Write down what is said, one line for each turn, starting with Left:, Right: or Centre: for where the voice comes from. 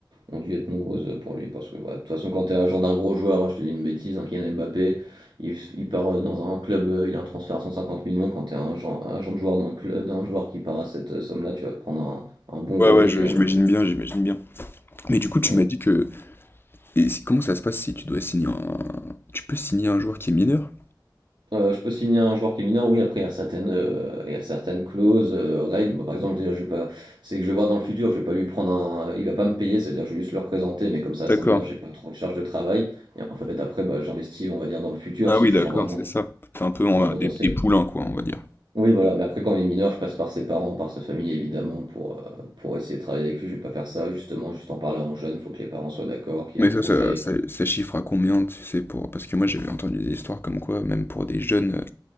Right: ont dû être nombreuses pour lui. Parce que bah, de toute façon, quand tu es agent d'un gros joueur, je te dis une bêtise, un Kylian Mbappé, il, il part euh, dans un club, euh, il a un transfert à 150 millions. Quand tu es un agent, agent de joueur d'un club, d'un joueur qui part à cette euh, somme-là, tu vas te prendre un, un bon
Left: Ouais,
Right: gros
Left: ouais,
Right: billet.
Left: je- j'imagine
Right: euh,
Left: bien, j'imagine bien. Mais du coup, tu
Right: ouais.
Left: m'as dit que... Et c'est- comment ça se passe si tu dois signer un... Tu peux signer un joueur qui est mineur?
Right: Euh, je peux signer un joueur qui est mineur, oui, après il y a certaines, euh, il y a certaines clauses, euh, règles. Bah, par exemple, déjà, je vais pas, c'est que je vais voir dans le futur, je vais pas lui prendre un, il va pas me payer, c'est-à-dire je vais juste le représenter, mais comme ça
Left: D'accord.
Right: reste un mineur, j'ai pas trop de charge de travail. Et en fait, après, bah, j'investis, on va dire, dans le futur,
Left: Ah
Right: si
Left: oui,
Right: je
Left: d'accord,
Right: sens vraiment
Left: c'est ça. C'est un peu on
Right: qu'il a
Left: va,
Right: un potentiel
Left: des, des poulains, quoi, on va dire.
Right: Oui, voilà, mais après quand il est mineur, je passe par ses parents, par sa famille évidemment pour, heu, pour essayer de travailler avec lui. Je vais pas faire ça justement, juste en parlant jeune, faut que les parents soient d'accord, qu'il
Left: Mais
Right: y ait un
Left: ça,
Right: projet.
Left: ça, ça, ça chiffre à combien, tu sais, pour... Parce que moi, j'avais entendu des histoires comme quoi, même pour des jeunes euh,